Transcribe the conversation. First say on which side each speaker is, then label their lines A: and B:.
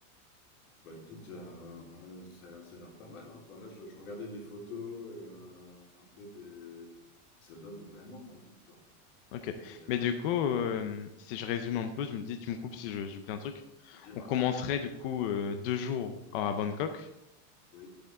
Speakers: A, on the left; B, on the left.
A: Bah écoute, euh, ça a l'air ça a l'air pas mal. hein. Enfin, là, je, je regardais des photos, euh, un peu des... Ça donne vraiment envie, quoi.
B: Ok.
A: Et euh,
B: Mais du coup, euh, si je résume un peu, tu me dis, tu me coupes si je- j'oublie un truc.
A: dis-moi.
B: On commencerait du coup euh, deux jours à Bangkok.
A: Oui,